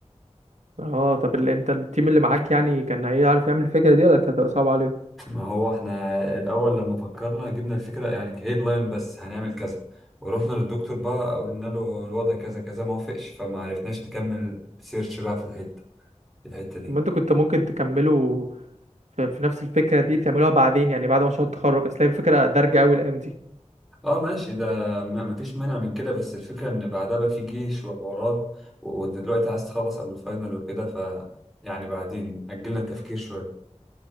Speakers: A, on the right; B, in the centre.
A: اه طب ال... انت التيم اللي معاك يعني كان هيعرف يعمل الفكره دي ولا كانت هتبقى صعبه عليهم
B: ما هو احنا الأول لما فكرنا جبنا الفكرة يعني كهيد لاين بس هنعمل كذا ورحنا للدكتور بقى قلنا له الوضع كذا كذا ما وافقش فما عرفناش نكمل سيرش بقى في الحتة الحتة دي
A: طب ما انتوا كنت ممكن تكملوا في... في نفس الفكره دي تعملوها بعدين يعني بعد مشروع التخرج اصل هي الفكره دارجه قوي الايام دي
B: اه ماشي ده ما ما فيش مانع من كده بس الفكرة ان بعدها بقى في جيش وحوارات و- وانت دلوقتي عايز تخلص قبل الفاينل وكده ف يعني بعدين اجلنا التفكير شوية